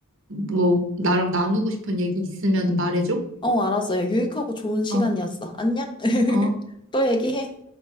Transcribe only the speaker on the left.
어, 알았어. 야, 유익하고 좋은 시간이었어.
안녕? <laughs>
또 얘기해.